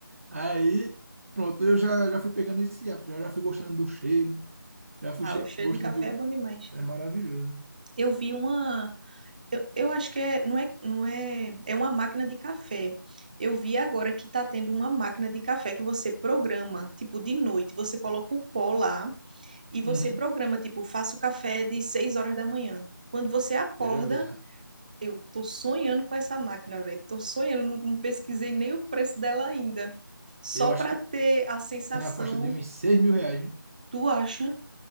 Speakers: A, on the right (about 40°); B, on the right (about 20°).
A: Aí, pronto, eu já, já fui pegando esse hábito, já, já fui gostando do cheiro, já fui
B: Ah,
A: che-
B: o cheiro
A: gostando
B: de café
A: do.
B: é bom demais.
A: É maravilhoso.
B: Eu vi uma. Eu, eu acho que é, não é, não é, é uma máquina de café. Eu vi agora que tá tendo uma máquina de café que você programa, tipo, de noite. Você coloca o pó lá e você
A: Uhum.
B: programa, tipo, faça o café de 6 horas da manhã. Quando você acorda,
A: Eu já vi já.
B: eu tô sonhando com essa máquina, velho. Tô sonhando, não não pesquisei nem o preço dela ainda. Só
A: Eu
B: para
A: acho que
B: ter a sensação,
A: é na faixa de uns 6 mil reais, hein?
B: tu acha?